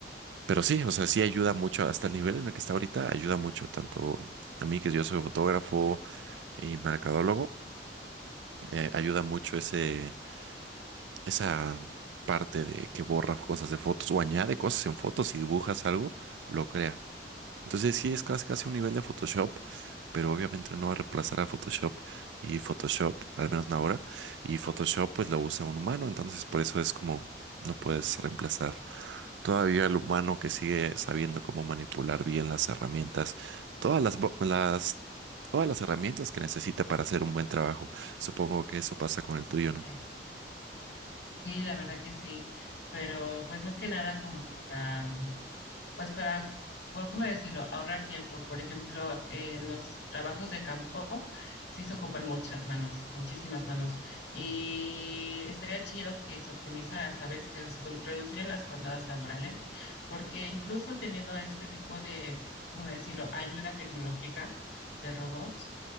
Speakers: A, on the right; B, on the left.
A: pero sí, o sea, sí ayuda mucho, hasta el nivel en el que está ahorita, ayuda mucho, tanto a mí que yo soy fotógrafo y mercadólogo, eh, ayuda mucho ese esa parte de que borra cosas de fotos o añade cosas en fotos y dibujas algo, lo crea. Entonces sí es casi casi un nivel de Photoshop, pero obviamente no va a reemplazar a Photoshop y Photoshop, al menos no ahora, y Photoshop pues lo usa un humano, entonces por eso es como no puedes reemplazar todavía el humano que sigue sabiendo cómo manipular bien las herramientas, todas las bo- las todas las herramientas que necesita para hacer un buen trabajo. Supongo que eso pasa con el tuyo,
B: Eh,
A: ¿no?
B: Sí, la verdad que sí, pero pues más que nada como para Pues para, por cómo decirlo, ahorrar tiempo. Por ejemplo, en los trabajos de campo sí se ocupan muchas manos, muchísimas manos. Y estaría chido que se optimizara, ¿sabes? Que se redu- reducieran las jornadas laborales, porque incluso teniendo este tipo de, ¿cómo decirlo?, ayuda tecnológica de robots,